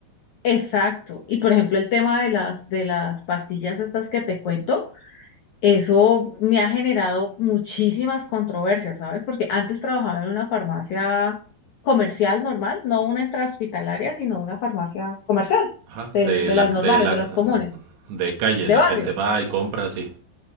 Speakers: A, on the left; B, on the right.
A: exacto. Y por ejemplo, el tema de las, de las pastillas estas que te cuento, eso me ha generado muchísimas controversias, ¿sabes? Porque antes trabajaba en una farmacia comercial normal, no una intrahospitalaria, sino una farmacia comercial,
B: Ajá,
A: de
B: de
A: de
B: la,
A: las normales,
B: de la,
A: de las comunes,
B: de calle,
A: de
B: la
A: barrio.
B: gente va y compra, sí,